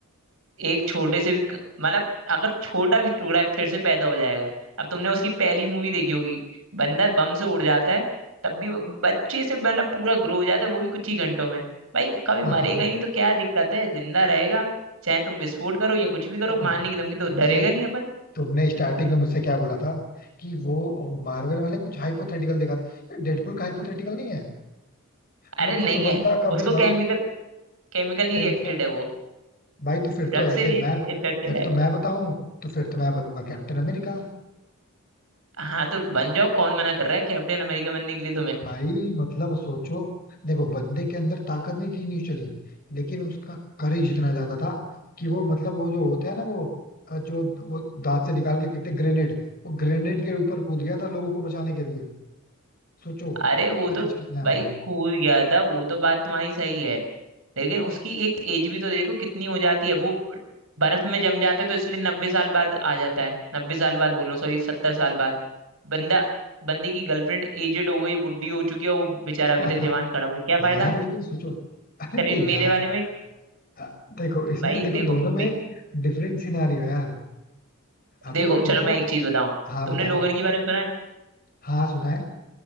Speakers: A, on the right (about 65°); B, on the left (about 45°).
A: एक छोटे से भी क- मतलब अगर छोटा भी टुकड़ा है फिर से पैदा हो जाएगा अब तुमने उसकी पहली मूवी देखी होगी बंदा बम से उड़ जाता है तब भी वो बच्चे से मतलब पूरा ग्रो हो जाता है वो भी कुछ ही घंटों में भाई कभी
B: हाँ
A: मरेगा
B: हाँ
A: ही नहीं तो क्या दिक्कत है जिंदा रहेगा चाहे तुम विस्फोट करो या कुछ भी करो
B: देखो
A: मारने की धमकी तो डरेगा
B: ये
A: नहीं अपन
B: तुमने स्टार्टिंग में मुझसे क्या बोला था कि वो मार्वल वाले कुछ हाइपोथेटिकल दिखाते डेडपुल का हाइपोथेटिकल नहीं है
A: अरे
B: मतलब
A: नहीं
B: सोचो बंदा
A: है
B: कभी
A: उसको
B: भाई
A: केमिकल केमिकली
B: कैंसर
A: रिएक्टेड है वो
B: भाई तो फिर
A: ड्रग
B: तो ऐसे
A: से
B: मैं ब-
A: इन्फेक्टेड
B: फिर
A: है
B: तो मैं बताऊं तो फिर तो मैं बनूंगा कैप्टन अमेरिका
A: हाँ तो बन जाओ कौन मना कर रहा है कैप्टन अमेरिका बनने के लिए
B: भाई मतलब सोचो देखो बंदे के अंदर ताकत नहीं थी इनिशियली लेकिन उसका करेज इतना ज्यादा था कि वो मतलब वो जो होता है ना वो अ, जो वो दांत से निकाल के फेंकते ग्रेनेड वो ग्रेनेड के ऊपर कूद गया था लोगों को बचाने के लिए सोचो
A: अरे वो
B: करेज
A: तो
B: कितना है
A: भाई
B: भाई
A: कूद गया था वो तो बात तुम्हारी सही है लेकिन उसकी एक एज भी तो देखो कितनी हो जाती है वो ब- बर्फ में जम जाते तो इसलिए नब्बे साल बाद आ जाता है नब्बे साल बाद बोलो सॉरी सत्तर साल बाद बंदा बंदे की गर्लफ्रेंड एजेड हो गई बुढ़ी हो चुकी है वो बेचारा
B: <laughs>
A: अभी तक जवान खड़ा हुआ है क्या फायदा
B: यार लेकिन सोचो अरे
A: करीन
B: यार
A: मेरे वाले में
B: अ, देखो इसमें
A: भाई
B: देखो
A: देखो
B: दोनों
A: मे,
B: में डिफरेंट सिनारियो यार अभी
A: देखो
B: यार
A: चलो
B: देखो
A: मैं एक चीज बताऊं
B: हाँ
A: तुमने
B: बताओ
A: लोगन के बारे में सुना है
B: हाँ सुना है